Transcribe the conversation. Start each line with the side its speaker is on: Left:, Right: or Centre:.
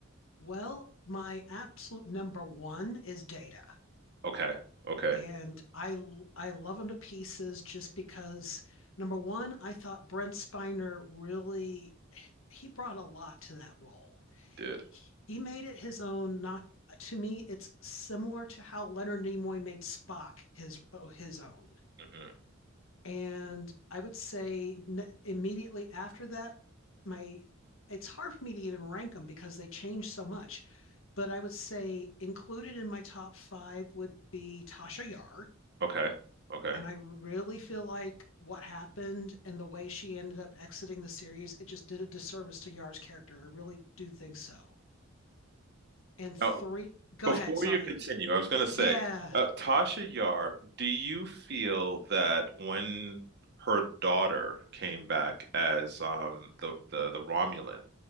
Left: Well, my absolute number one is Data.
Right: Okay, okay,
Left: and I I love him to pieces just because number one, I thought Brent Spiner really he brought a lot to that role.
Right: you did.
Left: He made it his own. Not to me, it's similar to how Leonard Nimoy made Spock his oh, his own.
Right: hmm
Left: And I would say immediately after that, my it's hard for me to even rank them because they change so much. But I would say included in my top five would be Tasha Yar
Right: Okay, okay.
Left: and I really feel like what happened and the way she ended up exiting the series, it just did a disservice to Yar's character. I really do think so. And three,
Right: Now,
Left: go
Right: Before
Left: ahead. Sorry.
Right: you continue, I was going to say,
Left: Yeah.
Right: uh, Tasha Yar, do you feel that when her daughter came back as um, the, the the Romulan,